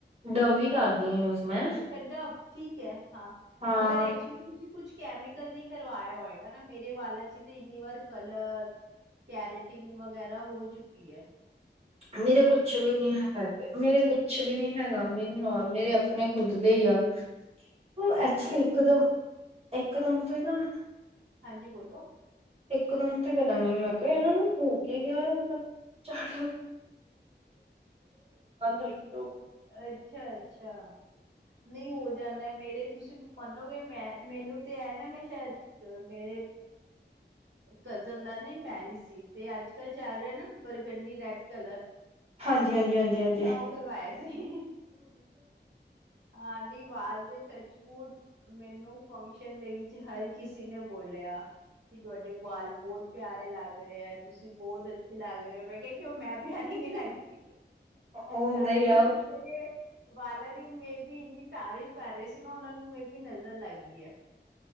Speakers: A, on the right (about 35°); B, on the right (about 75°).
A: ਡਵ ਵੀ ਕਰਦੀ ਮੈਂ
B: ਅੱਛਾ ਡਵ ਠੀਕ ਹੈ ਹਾਂ
A: ਹਾਂ
B: ਅਗਰ ਐਕਚੁਲੀ ਤੁਸੀਂ ਕੁਛ ਕੈਮੀਕਲ ਨੀ ਕਰਵਾਇਆ ਹੋਏਗਾ ਨਾ ਮੇਰੇ ਵਾਲਾ ਜੀ ਤੇ ਇੰਨੀ ਵਾਰ ਕਲਰ ਕੈਰੇਟਿਨ ਵਗੈਰਾ ਹੋ ਚੁੱਕੀ ਹੈ।
A: ਮੇਰੇ ਕੁਛ ਵੀ ਨੀ ਹਾਂ ਕਰਦੇ ਮੇਰੇ ਕੁਛ ਵੀ ਨੀ ਹੈਗਾ ਮੇਰੀ <unintelligible> ਮੇਰੇ ਆਪਣੇ ਖੁੱਦ ਦੇ ਹੀ ਆ। ਉਹ ਐਕਚੁਲੀ ਇੱਕਦਮ-ਇੱਕਦਮ ਤੇ ਨਾ
B: ਹਾਂਜੀ ਬੋਲੋ।
A: ਇਕਦਮ ਤੇ ਪਤਾ ਨੀ ਮੈਂ ਕਿਹਾ ਇਹਨਾਂ ਨੂੰ ਹੋ ਕੇ ਹੀ ਗਿਆ। ਚਾੜ <unintelligible>
B: ਅੱਛਾ-ਅੱਛਾ ਨਹੀਂ ਹੋ ਜਾਂਦਾ। ਮੇਰੇ ਤੁਸੀਂ ਮੰਨੋਗੇ ਮੈਂ ਮੈਨੂੰ ਤੇ ਹੈ ਨਾ ਮੈਂ ਸ਼ਾਇਦ ਮੇਰੇ ਕਜ਼ਨ ਦਾ ਨ ਮੈਰਿਜ ਸੀ ਤੇ ਅੱਜ ਕੱਲ੍ਹ ਚੱਲ ਰਿਹਾ ਨਾ ਬਰਗੰਡੀ ਰੈਡ ਕਲਰ
A: ਹਾਂਜੀ ਹਾਂਜੀ ਹਾਂਜੀ ਹਾਂਜੀ।
B: ਮੈਂ ਉਹ ਕਰਵਾਇਆ ਸੀ। ਹਾਂ ਨੀ ਵਾਲ ਦੇ ਟਚ ਵੁਡ ਮੈਨੂੰ ਫੰਕਸ਼ਨ ਦੇ ਵਿੱਚ ਹਰ ਕਿਸੇ ਨੇ ਬੋਲਿਆ ਕੀ ਤੁਹਾਡੇ ਵਾਲ ਬਹੁਤ ਪਿਆਰੇ ਲੱਗ ਰਹੇ ਹੈ। ਤੁਸੀਂ ਬਹੁਤ ਅੱਛੇ ਲੱਗ ਰਹੇ ਹੋ, ਮੈਂ ਕਿਹਾ ਕਿ ਉਹ ਮੈਂ ਪਿਆਰੀ ਨੀ ਲੱਗ ਰਹੀ।
A: ਉਹ ਹੁੰਦਾ
B: ਸਾਰੇ
A: ਹੀ
B: ਮੀਨਸ
A: ਆ
B: ਮੇਰੇ ਵਾਲਾ ਦੀ ਮੈਬੀ ਵੀ ਇੰਨੀ ਤਾਰੀਫ਼ ਕਰ ਰਹੇ ਸੀ ਨਾ ਉਹਨਾਂ ਨੂੰ ਮੇਬੀ ਨਜ਼ਰ ਲੱਗ ਗਈ ਆ।